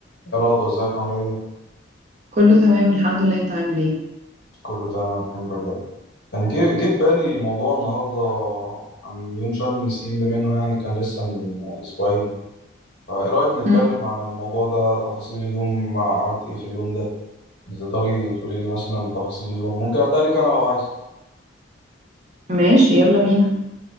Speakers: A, on the left; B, on the right.
A: يا رضوى ازيك عاملة ايه؟
B: كله تمام الحمد لله انت عامل ايه
A: كله تمام الحمد لله كان جه جه في بالي موضوع النهاردة عن يوم شم النسيم بما انه يعني كان لسه من اسبوعين فايه رأيك نتكلم
B: مم.
A: عن الموضوع ده تفاصيل اليوم عملت ايه في اليوم ده؟ تقدري تقولي لي مثلا تفاصيل اليوم ممكن ابدأ لك انا لو عايز
B: ماشي يلا بينا